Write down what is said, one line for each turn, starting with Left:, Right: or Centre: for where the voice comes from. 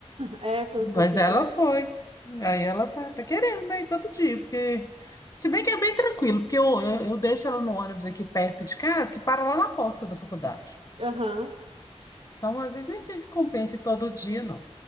Right: É, foi
Left: Mas
Right: o que eu fiz.
Left: ela foi. Aí ela fa- tá querendo, né? ir Todo dia, porque. Se bem que é bem tranquilo, porque eu, eu, eu deixo ela no ônibus aqui perto de casa, que para lá na porta da faculdade.
Right: Aham.
Left: Então, às vezes, nem sei se compensa ir todo dia, não.